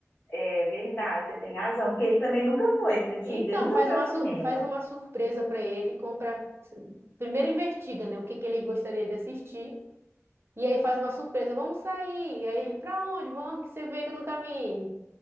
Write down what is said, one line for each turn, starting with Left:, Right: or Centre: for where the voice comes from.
Left: É verdade, você tem razão, porque ele também nunca foi, acredita?
Right: Então
Left: Ele nunca
Right: faz
Left: foi
Right: uma
Left: ao cinema.
Right: su- faz uma surpresa para ele, compra primeiro investiga, né, o que que ele gostaria de assistir e aí faz uma surpresa, vamos sair. E aí ele para onde? Vamos que você vê no caminho.